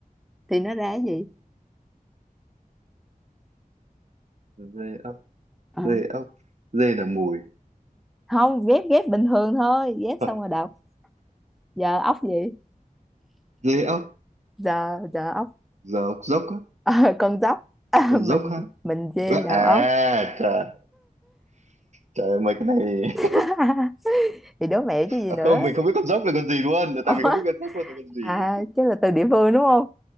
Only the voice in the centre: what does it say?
thì nó ra cái gì
Ờ.
không ghép ghép bình thường thôi ghép
xong rồi đọc giờ ốc gì
giờ giờ ốc
Ờ, con dốc <laughs>
mình
mình dê đầu
ốc
<laughs> thì đố mẹo
chứ gì nữa
ủa
à chứ là từ địa phương đúng không